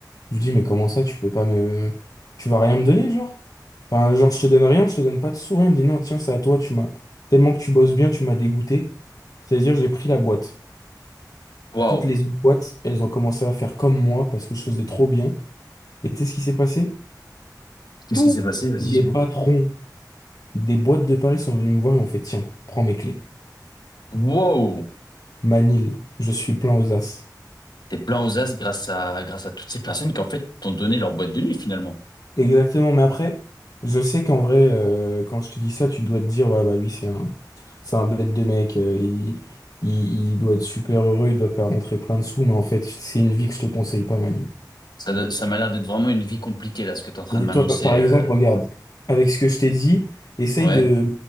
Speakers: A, on the left; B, on the left.
A: Je lui dis, mais comment ça, tu peux pas me... Tu vas rien me donner, genre? Enfin, genre, je te donne rien, je te donne pas de sourire. Il me dit, non, tiens, c'est à toi, tu m'as... Tellement que tu bosses bien, tu m'as dégoûté. C'est-à-dire, j'ai pris la boîte.
B: Waouh.
A: Toutes les autres boîtes, elles ont commencé à faire comme moi parce que je faisais trop bien. Et tu sais ce qui s'est passé?
B: Qu'est-ce
A: Tous
B: qui s'est passé? Vas-y,
A: les
B: dis-moi.
A: patrons Des boîtes de Paris sont venues me voir et m'ont fait, tiens, prends mes clés.
B: Waouh.
A: Manil, je suis plein aux as.
B: T'es plein aux as grâce à grâce à toutes ces personnes qui en fait t'ont donné leur boîte de nuit finalement.
A: Exactement, mais après, je sais qu'en vrai, euh, quand je te dis ça, tu dois te dire, ouais, bah lui, c'est un, c'est un bête de mec, euh, il, il, il doit être super heureux, il doit te faire rentrer plein de sous, mais en fait, c'est une vie que je te conseille pas, Manil.
B: Ça, do- ça m'a l'air d'être vraiment une vie compliquée là, ce que t'es en train
A: Et
B: de m'annoncer.
A: toi, pa- par
B: euh.
A: exemple, regarde, avec ce que je t'ai dit, essaye
B: Ouais.
A: de,